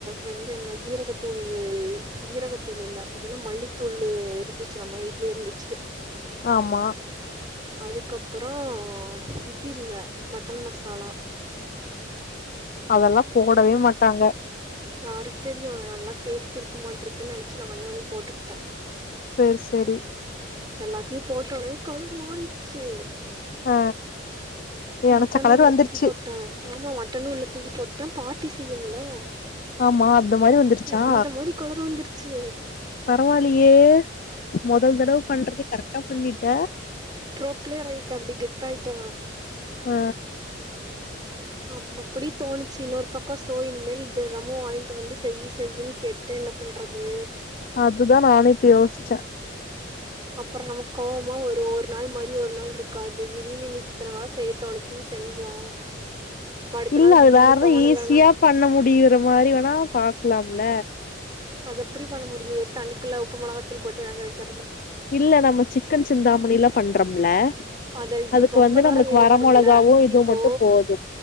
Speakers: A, on the right; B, on the left.
A: வந்து என்ன ஜீரகத்தூளு இ ஜீரகத்தூளு இல்ல அது என்ன மல்லித்தூளு இருந்துச்சு நம்ம வீட்லயே இருந்துச்சு.
B: ஆமா.
A: அதுக்கப்பறோ இது இல்ல மட்டன் மசாலா
B: அதெல்லா போடவே மாட்டாங்க
A: யாருக்கு தெரியு நல்லா டேஸ்ட்டு இருக்கு மாட்டுருக்குன்னு நினைச்சு நானே வாங்கி போட்டுக்கிட்டே
B: செரி செரி
A: எல்லாத்தையு போட்ட உடனே கலர் மாறிடுச்சு
B: ஆ நெனச்ச
A: மட்டனு
B: கலர்
A: உள்ளத்தூக்கி
B: வந்துருச்சு
A: போட்டே ஆமா மட்டனு உள்ளத்தூக்கி போட்டே பாட் ட்டி செய்யும்ல
B: ஆமா அந்த மாரி வந்துருச்சா
A: அந்த மாரி கலர் வந்துருச்சு
B: பரவாயில்லயே மொதல் தடவ பண்றது கரெக்டா பண்ணிட்ட
A: ப்ரோ பிளேர் ஆயிட்டே அப்டி கெத்தாயிட்டே நா
B: ஆ
A: அம் அப்டி தோணுச்சு இன்னொரு பக்கோ சோ இனிமேல் திணமு வாங்கிட்டு வந்து செய் செய்ன்னு கேட்ட என்ன பண்றது
B: அதுதா நானு இப்ப யோசிச்சே
A: அப்பறோ நமக்கு கோவமா வரு ஒரு நாள் மாரி ஒரு நாள் இருக்காது திடீர்னு இன்னைக்கு இத்தன வேல செய்ய தோணுச்சுன்னு செஞ்சோ இப்ப அடுத்த
B: இல்ல
A: நாள்
B: அது
A: திடீர்னு
B: வேறது
A: தோணலன்னா
B: ஈஸியா பண்ண முடியிற மாரி வேணா பாக்கலாம் இல்ல
A: அது எப்டி பண்ண முடியு தன்னிக்குள்ள உப்பு மொளகாத்தூள் போட்டு வேக வைக்க
B: இல்ல நம்ம சிக்கன் சிந்தாமணிலா பண்றோம்ல
A: அத இது
B: அதுக்கு
A: ரொம்ப
B: வந்து
A: நேரோ
B: நம்மளுக்கு
A: வேகணும்ல
B: வர மொளகாவு இதுவு
A: இப்போ
B: மட்டு போது